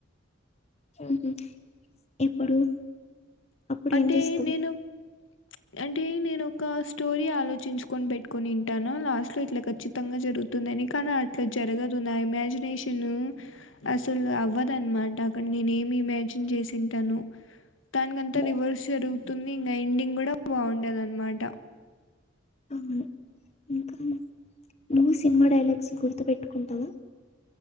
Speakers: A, on the left; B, on the left.
A: హ్మ్ ఎప్పుడు అప్పుడు
B: అంటే
A: ఏం చేస్తావు
B: నేను ప్చ్ అంటే నేను ఒక స్టోరీ ఆలోచించుకొని పెట్టుకొని ఉంటాను లాస్ట్ లో ఇట్లా ఖచ్చితంగా జరుగు తుందని కానీ అట్లా జరగదు నా ఇమాజినేషను అస్సలు అవ్వదు అన్మాట అక్కడ నేను ఏమి ఇమాజిన్ చేసింటాను తనిగన్ తా
A: ఉమ్,
B: రివర్స్ జరుగుతుంది ఇంగ ఎండింగ్ కూడా బాగుండదు అన్మాట
A: అవును ఇంకా నువ్వు సినిమా డైలాగ్స్ గుర్తు పెట్టుకుంటావా